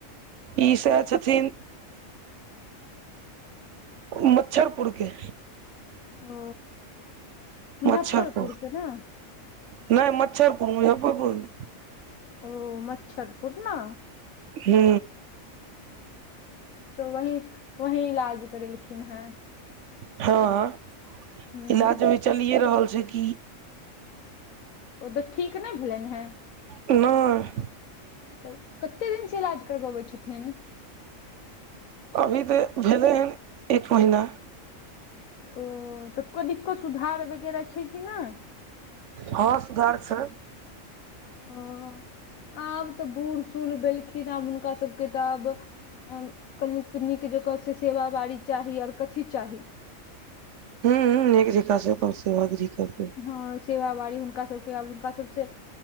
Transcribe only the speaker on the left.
ओ। मुजफ्फरपुर
के ने
ओ मच्छर पूर न
तऽ वही वही इलाज करेलखिन है
हूँ
ओ तऽ ठीक नहि भेलैन हैं।
ओ कते दिनसँ इलाज करबै छथिन।
ओ तऽ कनिको सुधार वगैरह छै कि नहि।
ह आब तऽ बूढ़ सूढ़ भेलखिन आब हुनका सभके तऽ आब। कन निक जकाँ से सेवा बारी चाही आऔर कथि चाही
हँ सेवाबारी हुनका सभके आब हुनका सभसँ